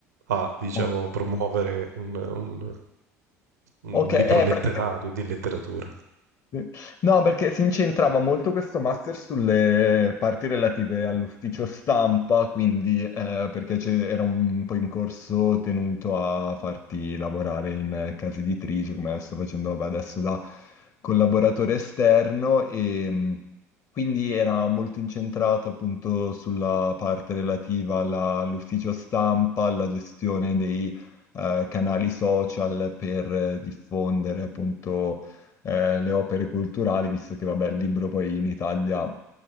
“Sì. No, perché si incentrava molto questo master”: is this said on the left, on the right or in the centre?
Left